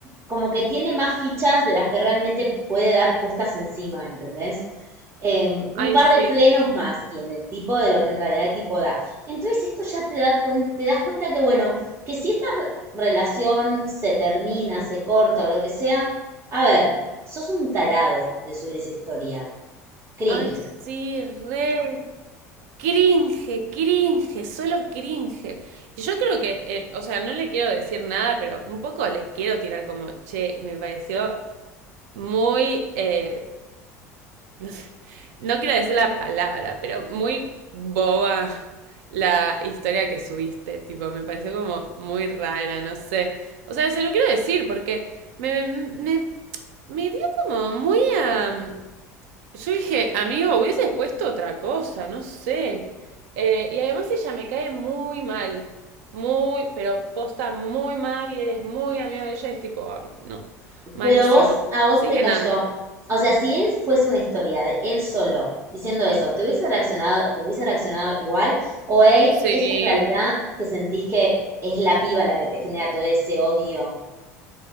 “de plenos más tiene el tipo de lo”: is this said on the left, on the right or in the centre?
Right